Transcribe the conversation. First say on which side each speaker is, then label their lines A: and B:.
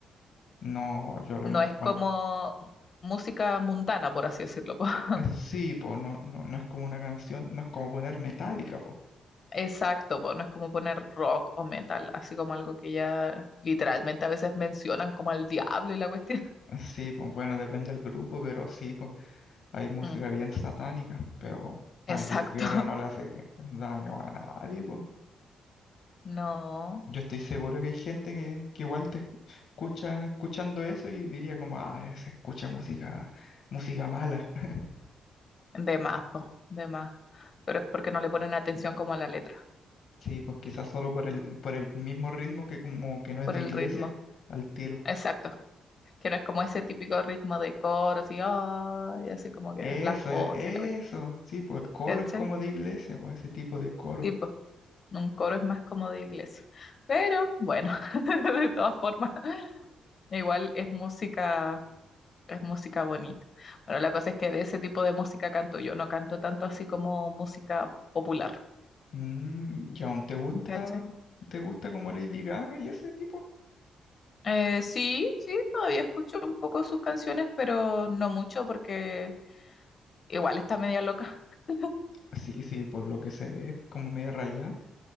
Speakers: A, on the left; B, on the left.
A: no, yo lo
B: No
A: encuentro
B: es como música mundana, por así decirlo. po. <laughs>
A: Eh, Sí, po no, no, no es como una canción, no es como poner metálica, po
B: Exacto, po, No es como poner rock o metal, así como algo que ya literalmente a veces mencionan como el diablo y la cuestión.
A: Sí, pues bueno, depende del grupo, pero sí, pues hay música
B: Mm,
A: bien satánica, pero Juan
B: exacto.
A: Luis Guerra
B: <laughs>
A: no le hace daño a nadie, pues.
B: No.
A: Yo estoy seguro que hay gente que, que igual te escucha escuchando eso y diría como, ah, se escucha música, música mala. <laughs>
B: De más, po, De más. Pero es porque no le ponen atención como a la letra,
A: Sí, pues quizás solo por el, por el mismo ritmo que como que no es
B: por
A: de
B: el
A: iglesia,
B: ritmo.
A: al tiro.
B: Exacto, que no es como ese típico ritmo de coro, así, "Ay", así como que
A: Eso,
B: las voces,
A: e- eso,
B: la cuestión.
A: sí, pues el coro
B: ¿cachai?
A: es como de iglesia, pues ese tipo de coro.
B: Tipo, un coro es más como de iglesia. Pero bueno, <laughs> de todas formas, <laughs> igual es música, es música bonita. Bueno, la cosa es que de ese tipo de música canto yo, no canto tanto así como música popular,
A: Mm, ¿y aún te gusta,
B: ¿cachai?
A: te gusta como Lady Gaga y ese tipo?
B: Eh, sí, sí, todavía escucho un poco sus canciones, pero no mucho porque igual está media loca. <laughs>
A: Sí, sí, por lo que se ve, como medio rayada,